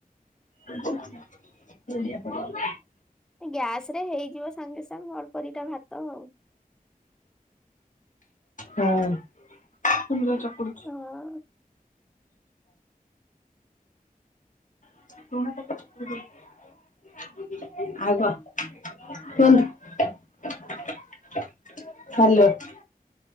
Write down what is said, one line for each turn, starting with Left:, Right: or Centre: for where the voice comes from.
Left: <inaudible>
Centre: ଏ ଗ୍ୟାସ ରେ ହେଇଯିବ ସାଙ୍ଗେ ସାଙ୍ଗେ ଭଲପଟା ଭାତ ଆଉ।
Left: ହଁ। ଚକଡୁଛି।
Centre: ହଁ
Left: ଲୁଣ ପକେଇ ଚକଡି ଦଉଚି। ଆଉ କଣ କୁହନ୍ତୁ। ହ୍ୟାଲୋ।